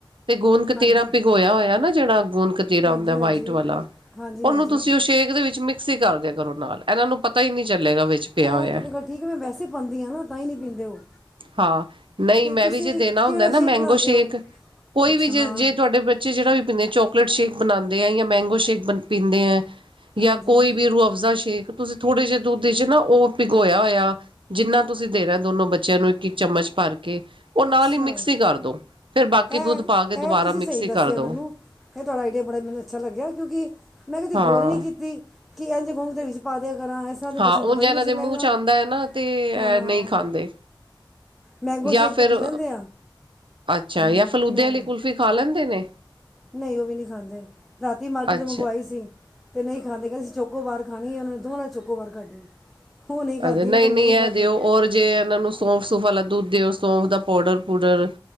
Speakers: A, on the right; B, in the centre.
A: ਤੇ ਗੂਦਕਤੀਰਾ
B: ਹਾਂਜੀ
A: ਭਿਗੋਇਆ ਹੋਇਆ ਨਾ ਜਿਹੜਾ ਗੂਦ ਕਤੀਰਾ
B: ਹਾਂਜੀ
A: ਹੁੰਦਾ
B: ਹਾਂਜੀ
A: ਵਾਈਟ ਵਾਲਾ,
B: ਹਾਂਜੀ
A: ਉਹਨੂੰ
B: ਹਾਂਜੀ
A: ਤੁਸੀਂ ਉਹ ਸ਼ੇਕ ਦੇ ਵਿੱਚ ਮਿਕਸ ਹੀ ਕਰ ਦਿਆ ਕਰੋ ਨਾਲ। ਇਹਨਾਂ ਨੂੰ ਪਤਾ ਹੀ ਨਹੀਂੀ ਚੱਲੇਗਾ ਵਿੱਚ
B: ਇਹ
A: ਪਿਆ ਹੋਇਆ-
B: ਤੁਹਾਡੀ ਗੱਲ ਠੀਕ ਹੈ ਮੈਂ ਵੈਸੇ ਪਾਉਂਦੀ ਹਾਂ ਨਾ ਤਾਂ ਹੀ ਨਹੀਂ ਪੀਂਦੇ ਉਹ
A: ਹਾਂ। ਨਹੀਂ
B: ਅਤੇ
A: ਮੈਂ
B: ਤੁਸੀਂ
A: ਵੀ ਜੇ ਦੇਣਾ
B: ਕਿਹੜਾ
A: ਹੁੰਦਾ ਨਾ ਮੈਂਗੋ
B: ਸ਼ੇਕ ਬਣਾਉਂਦੇ
A: ਸ਼ੇਕ,
B: ਹੋ
A: ਕੋਈ
B: ਅੱਛਾ
A: ਵੀ ਜੇ
B: ਹਾਂ
A: ਜੇ ਤੁਹਾਡੇ ਬੱ- ਬੱਚੇ ਜਿਹੜਾ ਵੀ ਪੀਂਦੇ, ਚੋਕਲੇਟ ਸ਼ੇਕ ਬਣਾਉਂਦੇ ਹੈ ਜਾਂ ਮੈਂਗੋ ਸ਼ੇਕ ਬ ਪੀਂਦੇ ਹੈ। ਜਾਂ
B: ਹਾਂਜੀ
A: ਕੋਈ ਵੀ ਰੂ ਅਫਜ਼ਾ ਸ਼ੇਕ ਤੁਸੀਂ ਥੋੜੇ ਜਿਹੇ ਦੁੱਧ ' ਨਾ ਉਹ ਭਿਗੋਇਆ ਹੋਇਆ ਜਿੰਨਾ ਤੁਸੀਂ ਦੇਣਾ ਦੋਨੋਂ ਬੱਚਿਆਂ ਨੂੰ ਇੱਕ-ਇੱਕ ਚਮਚ ਭਰ ਕੇ ਉਹ ਨਾਲ
B: ਅੱਛਾ
A: ਹੀ ਮਿਕਸੀ ਕਰ ਦੋ ਫੇਿਰ ਬਾਕੀ
B: ਇਹ
A: ਦੁੱਧ ਪਾ ਕੇ
B: ਇਹ
A: ਦੁਬਾਰਾ
B: ਤੁਸੀਂ ਸਹੀ
A: ਮਿਕਸੀ ਕਰ
B: ਦੱਸਿਆ ਮੈਨੂੰ
A: ਦੋ
B: ਇਹ ਤੁਹਾਡਾ ਆਈਡੀਆ ਬੜਾ ਮੈਨੂੰ ਅੱਛਾ ਲੱਗਿਆ ਕਿਉਂਕਿ, ਮੈਂ ਕਦੀ
A: ਹਾਂ
B: ਗੋਰ ਨਹੀਂ ਕੀਤੀ ਕਿ ਇੰਝ ਗੋਗ ਦੇ ਵਿੱਚ ਪਾ। ਵਧ ਕਰਾਂ ਇਸ ਤਰ੍ਹਾਂ ਦੇ ਬੱਚੇ
A: ਹਾਂ ਉਝ
B: ਨੂੰ ਪਤਾ ਵੀ
A: ਇਹਨਾਂ
B: ਨਹੀਂੀ
A: ਦੇ
B: ਚੱਲੇਗਾ,
A: ਮੂੰਹ ਚ ਆਉਂਦਾ ਹੈ ਨਾ ਤੇ ਇਹ
B: ਹਾਂ ਹਾਂ
A: ਨਹੀਂ ਖਾਂਦੇ
B: ਮੈਂਗੋ
A: ਜਾਂ
B: ਸ਼ੇਕ
A: ਫਿਰ
B: ਤਾਂ ਪੀ ਲੈਂਦੇ ਆ।
A: ਅੱਛਾ ਜਾਂ
B: ਮੈਂਗੋ
A: ਫਲੂਦੇ ਵਾਲੀ ਕੁਲਫ਼ੀ ਖਾ ਲੈਂਦੇ ਨੇ
B: ਨਹੀਂ ਉਹ ਵੀ ਨਹੀਂ ਖਾਂਦੇ, ਰਾਤੀ ਮਾਰਕੀਟ
A: ਅੱਛਾ
B: ਤੋਂ ਮੰਗਵਾਈ ਸੀ ਤੇ ਨਹੀਂ ਖਾਂਦੇ ਕਹਿੰਦੇ ਸੀ ਚ ਚੋਕੋ-ਬਾਰ ਖਾਣੀ ਆ, ਉਹਨਾਂ ਨੇ ਦੋਵਾਂ ਚੋਕੋ-ਬਾਰ ਖਾਧੀ, ਉਹ ਨ ਨਹੀਂ ਖਾਧੀ,
A: ਅਜੇ
B: ਉਹ ਫਿਰ
A: ਨਹੀਂ
B: ਮੈਂ ਹੀ ਖਾਧੀ।
A: ਇਹ ਦਿਓ ਔਰ ਜੇ ਇਹਨਾਂ ਨੂੰ ਸੌਂਫ-ਸੂਫ ਵਾਲਾ ਦੁੱਧ ਦਿਓ, ਸੌਂਫ ਦਾ ਪਾਊਡਰ-ਪੂਡਰ